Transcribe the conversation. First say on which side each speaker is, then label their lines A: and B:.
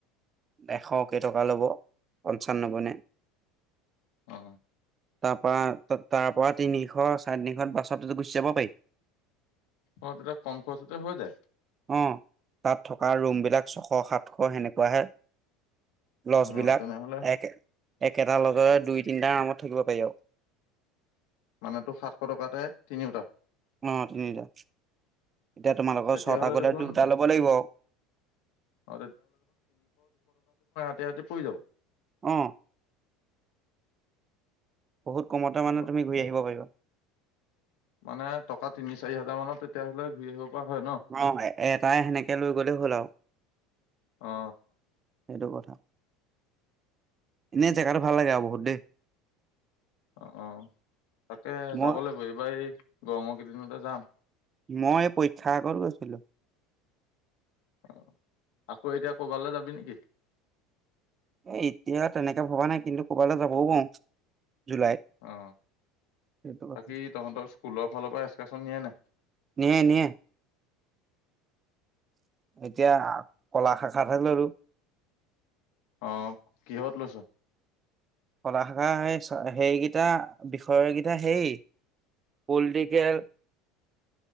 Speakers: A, on the right (about 20°); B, on the left (about 70°).
A: এশ কেইটকা ল'ব পঞ্চানব্বৈ নে
B: অ
A: তাৰ পৰা তাৰ পৰা তিনিশ চাৰে তিনিশ বাছতো গুচি যাব পাৰি
B: অ তাতে কম খৰচতে হৈ যায়।
A: অ তাত থকা ৰুম বিলাক ছশ সাত শ সেনেকুৱাহে লছবলাক
B: অ তেনেহলে
A: এক একেটা লগৰে দুই তিনিটাৰ নামত থাকিব পাৰি
B: মানে তোৰ সাতশ টকাতে তিনিওটা
A: অ তিনিটা এতিয়া তোমালোকৰ
B: তেতিয়াহ'লে
A: ছটা কৰিলে
B: দেখোন
A: দুটা ল'ব লাগিব
B: অ তেহতে পৰি যা
A: অ বহুত কমতে মানে
B: অ
A: তুমি ঘূৰি আহিব পাৰিবা
B: মানে টকা তিনি চাৰি হাজাৰ মানত তেতিয়া হ'লে ঘূৰি আহিব পৰা হয় ন
A: অ এটাই সেনেকে লৈ গলেই হ'ল আৰু
B: অ
A: সেইটো কথা এনে জেগাটো ভাল লাগে আৰু বহুত দেই
B: অ অ তাকে
A: মই
B: যাব লাগিব এইবাৰ গৰমৰ দুদিনতে যাম
A: মই পৰীক্ষা আগত গৈছিলোঁ
B: অ আকৌ এতিয়া কৰবালৈ যাবি নেকি।
A: এ এতিয়া তেনেকে ভবা নাই কিন্তু কৰবালৈ যাবও পাৰো। জুলাইত
B: অ
A: সেইটো কথা
B: বাকী তহঁতৰ স্কুলৰ ফালৰ পৰা এক্সকাচন নিয়ে নাই
A: নিয়ে নিয়ে এতিয়া কলা শাখাতহে লৰো
B: অ কিহত লৈছ
A: কলা শাখা হেইকেইটা বিষয়কেইটা হেই পলিটিকেল।